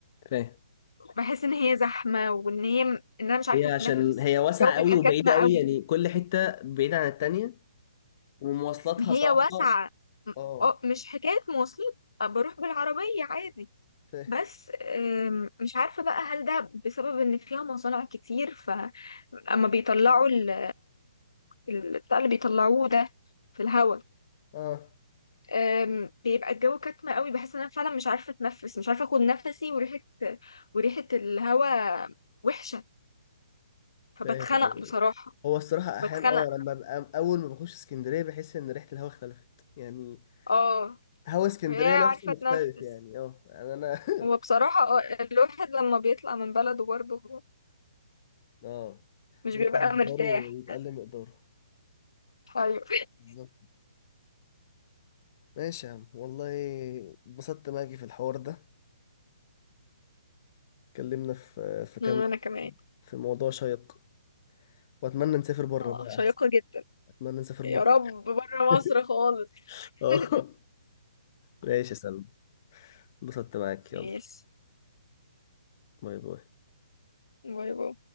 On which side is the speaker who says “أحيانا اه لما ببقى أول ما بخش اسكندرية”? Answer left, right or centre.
Left